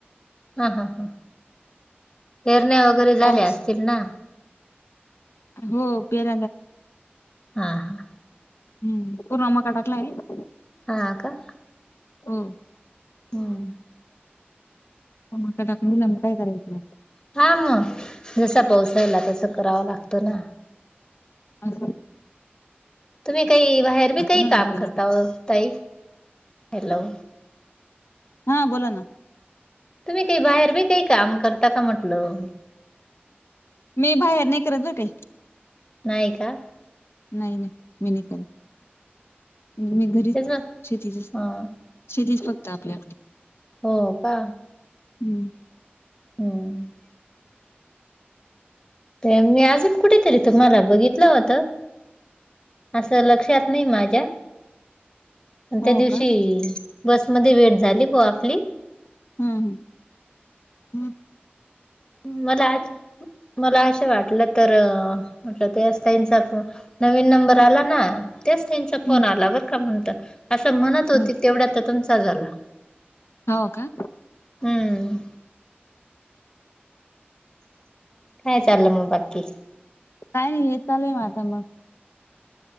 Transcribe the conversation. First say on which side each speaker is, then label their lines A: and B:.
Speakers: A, on the left; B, on the left.
A: ह हां हां फेरण्या वगैरे झाल्या
B: पाऊस
A: असतील ना.
B: हो पेर.
A: हा हा.
B: हम्म पूर्ण् कडाकला आहे.
A: हा का.
B: ह.
A: हम.
B: म का टाकणीलाम काय करायचं.
A: हा मग जसा पाऊस राहिला तस करावा लागतो ना.
B: अछा!
A: तुम्ही काही बाहेर बी काही
B: ना
A: काम
B: मग आपल्याला
A: करता
B: पण.
A: तई हॅलो.
B: हा बोला ना. <inaudible>
A: तुम्ही काही बाहेर बी काही काम करता का म्हटलं.
B: मी बाहेर नाही करत ना काही.
A: नायका.
B: नाही नाही मी नाही काल. मी घरीच
A: तेच ना
B: शेती
A: ह
B: शेतीच फक्त आपली आपली..
A: हो का.
B: हम्म.
A: हम्म. ते मी अजून कुठेतरी तुम्हाला बघितलं होतं. असं लक्षात नाही माझ्या. आणि
B: हो
A: त्या दिवशी
B: का
A: बसमध्येध्ये वेट झाली ब आपली
B: हम्म हम हम्.
A: मला मला असे वाटलं तर म्हटलं ते असताईंचा. नवीन नंबर आला ना. त्याच त्यांचा फोन
B: हम्म
A: आला बरं का म्हणत असं म्हणत होती
B: हम्म
A: तेवढ्या तर तुमचा झाला.
B: हो का.
A: हम्म. काय चाललं मग बाकी.
B: काय नाही हे चालूय मा आता मग.